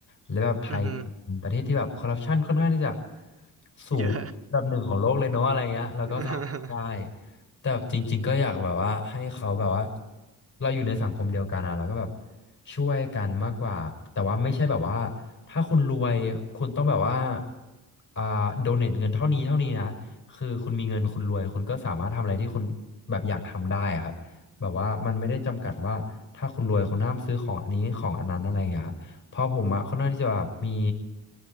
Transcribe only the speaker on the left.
แล้วแบบไทยเป็นประเทศที่แบบคอร์รัปชันค่อนข้างที่จะ
สูงอันดับหนึ่งของโลกเลยเนาะอะไรเงี้ยแล้วก็สอบได้
แต่แบบจริงๆก็อยากแบบว่าให้เขาแบบว่าเราอยู่ในสังคมเดียวกันอะแล้วก็แบบ ช่วยกันมากกว่าแต่ว่าไม่ใช่แบบว่าถ้าคุณรวยคุณต้องแบบว่าอ่าโดเนทเงินเท่านี้เท่านี้นะคือคุณมีเงินคุณรวยคุณก็สามารถทำอะไรที่คุณแบบอยากทำได้ครับแบบว่ามันไม่ได้จำกัดว่าถ้าคุณรวยคุณห้ามซื้อของอันนี้ของอันนั้นอะไรอย่างเงี้ยครับ เพราะผมอะค่อนข้างที่จะแบบมี